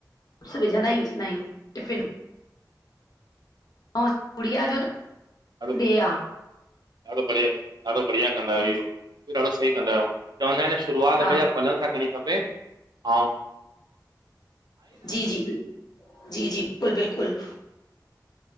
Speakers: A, on the left; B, on the right.
A: असां विझंदा ई विझंदा आयूं टिफ़िन में। अऊं गुड़िया जो त
B: अरे <inaudible>
A: डे आहे
B: ॾाढो बढ़िया, ॾाढो बढ़िया कंदा आयो आयो हे, ॾाढो सही कंदा आयो, चवंदा आइन न शुरुआत
A: हा
B: हमेशा फलन सां करणी खपे अऊं
A: जी- जी, बिल, जी- जी, बिल्कुल- बिल्कुल।